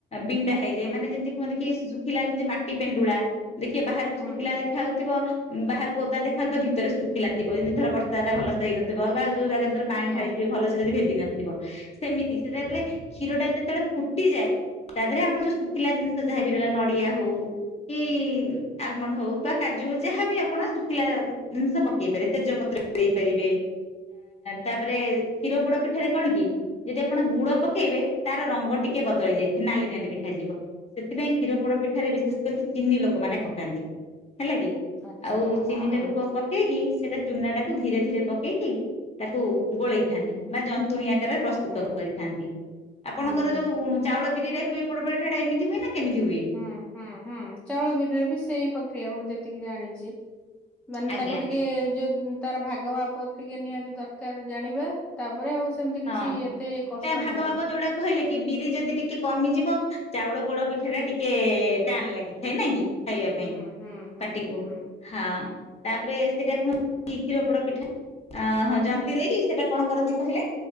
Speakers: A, on the left (about 30°); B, in the centre.
A: ବିଣ୍ଡା ହେଇଯାଏ
B: ହୁଁ
A: ମାନେ ଯେମିତି କୁହନ୍ତି କି ଶୁଖିଲା ଯେମିତି ମାଟି ପେଣ୍ଡୁଳା ଦେଖିବା ବାହାରକୁ
B: ହୁଁ
A: ଶୁଖିଲା
B: ହୁଁ
A: ଦେଖା ହାଉଥିବ ବାହାରକୁ ଓଦା
B: ହୁଁ,
A: ଦେଖାଉଥିବ ଭିତରେ ସୁ ଖିଲା ଥିବ ଯେମି ଧର ବର୍ଷା ଭଲସ ହେଇନଥିବ ବା ଯୋଉ ଜାଗାରେ ଧର ପାଣି
B: ହଁ
A: ଢାଳିଥିବ ଭଲ ସେ ଯଦ ଭେଦିନ ଥିବ ସେମିତି ସେଟା
B: ହୁଁ
A: ଯେତେବେଳେ କ୍ଷିରଟା ଯେତେବେଳେ ଫୁଟିଯାଏ ତା ଦେହରେ ଆମର ଯୋଉ ଶୁଖିଲା ଜିନିଷ ଯାହାବ ବି ରହିଲା ନଡିଆ ହଉ କି ଆଲମଣ୍ଡ ହଉ ବା କାଜୁ ହଉ ଯାହାବି ଆପଣ ଶୁଖିଲା ଜିନିଷ ପକେଇ ପାରିବେ ତେଜପତ୍ର ଦେଇ ପାରିବେ ତାପରେ କ୍ଷୀର ପୋଡ ପିଠାରେ କଣ କି ଯଦି ଆପଣ ଗୁଡ ପକେଇବେ ତାର ରଙ୍ଗ ଟି କେ ବଦଳି
B: ହୁଁ
A: ଯାଇଥଏ ନାଲି ନାଲି ଦେଖାଯିବ ସେଥିପାଇଁ କ୍ଷୀର ପୋଡ ପିଠାରେ ବିଶେଷ କରିକି ଚିନି ଲୋକମାନେ ପକାନ୍ତି ହେଲା କି।
B: ଆଚ୍ଛା
A: ଆଉ ଚିନି
B: ହୁଁ
A: ଟାକୁ ପ ପକେଇକି ସେଇଟା ଚୁନା ଟାକୁ ଧୀରେ ଧୀରେ ପକେଇକି ତାକୁ ଗୋଳେଇଥାନ୍ତି ବା ଜନ୍ତୁଣୀ ଆକାରରେ ପ୍ରସ୍ତୁତ
B: ହୁଁ
A: କରିଥାନ୍ତି। ଆପଣଙ୍କର
B: ହୁଁ ହୁଁ
A: ଯୋଉ ଚାଉଳ ବିରିରେଆ ହୁଏ ପୋଡବଳ ଠଟା ଏମିତି ହୁଏ ନା କେମିତି ହୁଏ?
B: ହୁଁ ହୁଁ ହୁଁ ଚାଉଳ ବିରିରେ ବି ସେଇ ପ୍ରକ୍ରିୟ ମୁଁ ଯେ ତିକି ଜାଣିଛି ମାନେ
A: ଆଜ୍ଞା
B: ତାକୁ ଟିକେ ଯୋଉ ତାର ଭାଗ ମାପ ଟିକେ ନିହାତି ଦରକାର ଜାଣିବା ତାପରେ ଆଉ ସେମିତି
A: ହଁ
B: କିଛି ଏତେ କଷ୍ଟ
A: ଭାଗ
B: ନାହିଁ
A: ମାପ ଯୋଉଟା କହିଲେ କି ବିରି ଯଦି ଟିକେ କମିଯିବ ଚାଉଳ ପୋଡ ପିଠା ଟା ଟିକେ ଟାଣ ଲାଗିଥାଏ ନାଇ କି? ଖାଇବା ପାଇଁ
B: ହୁଁ ହୁଁ ହୁଁ
A: ପାଟିକୁ
B: ହୁଁ
A: ହଁ ତା ତାପରେ ସେଇଟା କୁହ କ୍ଷୀର ପୋଡ ପିଠା ହଁ ଜନ୍ତି ଦେଇକି ସେଇଟା କଣ କରନ୍ତି କହିଲେ?